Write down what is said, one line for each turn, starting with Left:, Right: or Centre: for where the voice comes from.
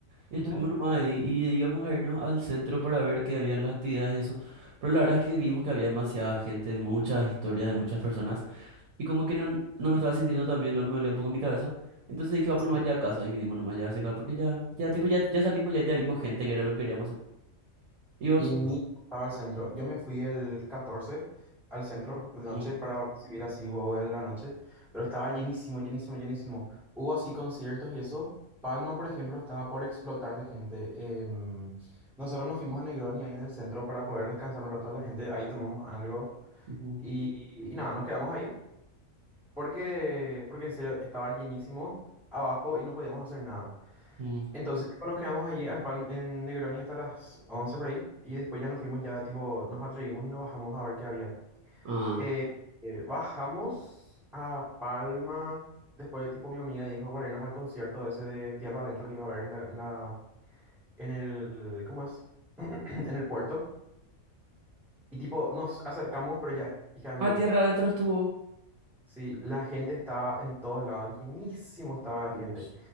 Right: Y
Centre: Ujú.
Right: estuvimos nomás ahí y íbamos a irnos al centro para ver qué había en las actividades y eso. Pero la verdad es que vimos que había demasiada gente, muchas historias de muchas personas. Y como que no, no me estaba sintiendo tan bien, lo me dolía un poco mi cabeza. Entonces dije, vamos
Centre: Sí.
Right: nomás ya a casa y vinimos nomás ya hacia acá porque ya, ya, tipo, ya, ya salimos, ya, ya vimos gente que era lo que queríamos hacer. ¿Y vos?
Centre: Y ni estaba al centro. Yo me fui el 14 al centro de noche
Right: Mm,
Centre: para recibir así huevo en la noche, pero estaba llenísimo, llenísimo, llenísimo. Hubo así conciertos y eso. Palma, por ejemplo, estaba por explotar de gente. Em, nosotros nos fuimos a Negroni ahí en el centro para poder descansar un rato de la gente. Ahí tomamos algo
Right: ujú,
Centre: y, y nada, nos quedamos ahí. Porque, porque en serio estaba llenísimo abajo y no podíamos hacer nada.
Right: mm,
Centre: Entonces tipo, nos quedamos allí en, Palm- en Negroni hasta las 11 por ahí y después ya nos fuimos, ya tipo nos atrevimos y nos bajamos a ver qué había.
Right: Ah.
Centre: Eh, eh, bajamos a Palma, después tipo mi amiga dijo para irnos al concierto ese de Tierra Adentro que iba a haber en la, en la- en el, ¿cómo es? <clears throat> En el puerto. Y tipo nos acercamos, pero ya, hija de
Right: Ah,
Centre: miel.
Right: tierra adentro estuvo.
Centre: Sí, la gente estaba en todos lados, llenísimo estaba
Right: Uy,
Centre: de gente.